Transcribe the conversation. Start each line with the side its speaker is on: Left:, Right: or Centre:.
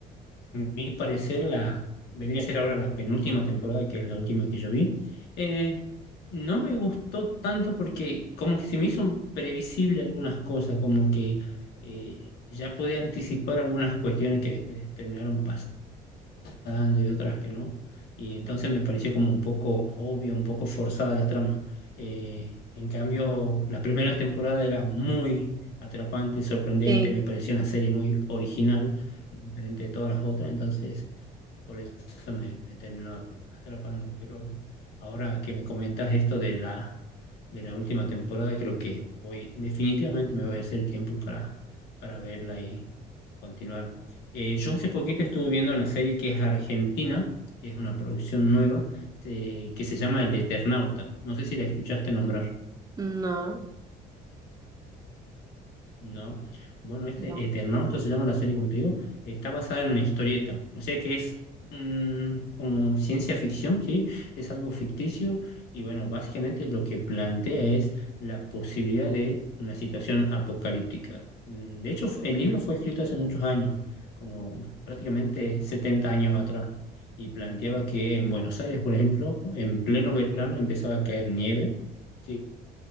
Left: en mi parecer, la, vendría a ser ahora la penúltima temporada, que es la última que yo vi, eh, no me gustó tanto porque como que se me hizo previsible algunas cosas, como que eh, ya podía anticipar algunas cuestiones que después terminaron dando y otras que no. Y entonces me pareció como un poco obvio, un poco forzada la trama. Eh, en cambio, la primera temporada era muy atrapante, sorprendente,
Right: sí,
Left: me pareció una serie muy original, diferente de todas las otras, entonces por eso me, me terminó atrapando. Pero ahora que me comentas esto de la, de la última temporada, creo que voy, definitivamente me voy a hacer el tiempo para, para verla y continuar. Eh, yo hace poquito estuve viendo una serie que es argentina, que es una producción nueva, eh, que se llama El Eternauta. No sé si la escuchaste nombrar.
Right: no.
Left: No. Bueno, este
Right: no.
Left: Eternauta se llama la serie, como te digo, está basada en una historieta. O sea que es mm, como ciencia ficción, ¿sí? Es algo ficticio y bueno, básicamente lo que plantea es la posibilidad de una situación apocalíptica. Mm, De hecho, el libro fue escrito hace muchos años, como prácticamente 70 años atrás, y planteaba que en Buenos Aires, por ejemplo, en pleno verano empezaba a caer nieve. ¿sí?